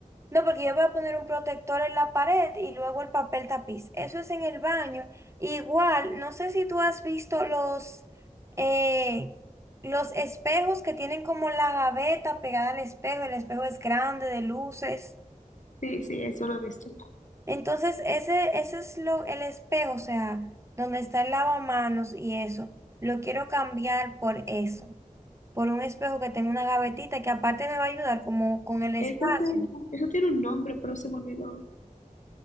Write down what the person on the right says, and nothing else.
No, porque yo voy a poner un protector en la pared y luego el papel tapiz. Eso es en el baño. Igual, no sé si tú has visto los, eh, los espejos que tienen como la gaveta pegada al espejo. El espejo es grande, de luces.
Entonces, ese, ese es lo, el espejo, o sea, donde está el lavamanos y eso. Lo quiero cambiar por eso, por un espejo que tenga una gavetita que aparte me va a ayudar como con el espacio.